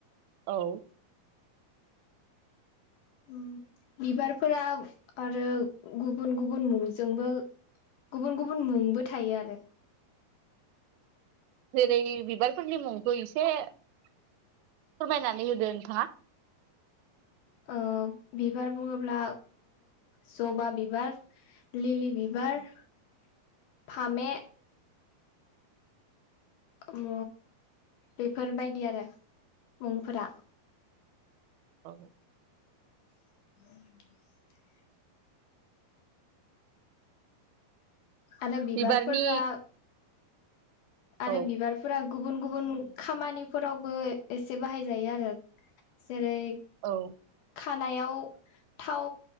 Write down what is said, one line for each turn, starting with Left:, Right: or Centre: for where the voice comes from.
Right: औ
Left: फम बिबारफोरा आरो गुबुन गुबुन मुंजोंबो गुबुन गुबुन मुंबो थायो आरो
Right: जेरै बिबारफोरनि मुंखौ इसे फोरमायनानै होदो नोंथाङा।
Left: ओ बिबार बुङोब्ला जबा बिबार लिलि बि बार फामे म बेफोरबायदि आरो मुंफोरा
Right: औ
Left: <inaudible> आरो बिबारफोरा
Right: बिबारनि
Left: आरो
Right: औ
Left: बिबारफोरा गुबुन गु बुन खामानिफोरावबो एसे बाहायजायो आरो जेरै
Right: औ
Left: खानायाव थाव